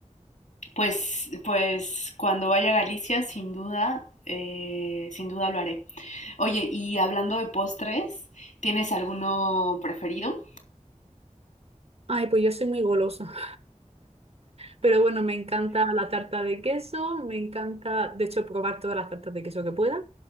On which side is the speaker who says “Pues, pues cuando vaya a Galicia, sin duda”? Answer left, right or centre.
Left